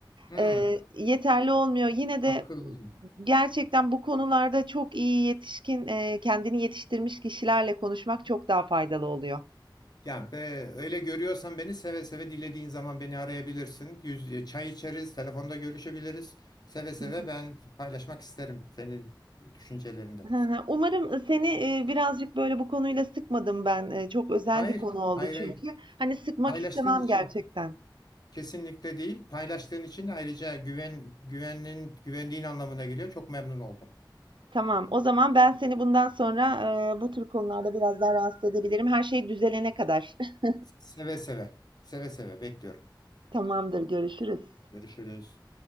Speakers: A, on the left (about 55°); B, on the right (about 85°).
A: Hmm,
B: Eee, yeterli olmuyor. Yine de
A: akıllıca.
B: gerçekten bu konularda çok iyi yetişkin, eee, kendini yetiştirmiş kişilerle konuşmak çok daha faydalı oluyor.
A: Ya be, öyle görüyorsan beni seve seve dilediğin zaman beni arayabilirsin. Yüz, e, çay içeriz, telefonda görüşebiliriz. Seve seve
B: Hı hı.
A: ben paylaşmak isterim senin düşüncelerinde.
B: Hı hı. Umarım, ııı, seni, eee, birazcık böyle bu konuyla sıkmadım ben. Eee, çok özel
A: Hayır,
B: bir konu oldu
A: hayır,
B: çünkü.
A: hayır.
B: Hani, sıkmak
A: Paylaştığın
B: istemem
A: için
B: gerçekten.
A: kesinlikle değil. Paylaştığın için ayrıca güven, güvenin, güvendiğin anlamına geliyor. Çok memnun oldum.
B: Tamam, o zaman ben seni bundan sonra, eee, bu tür konularda biraz daha rahatsız edebilirim. Her şey düzelene kadar. <laughs>
A: Seve seve, seve seve bekliyorum.
B: Tamamdır, görüşürüz.
A: Görüşürüz.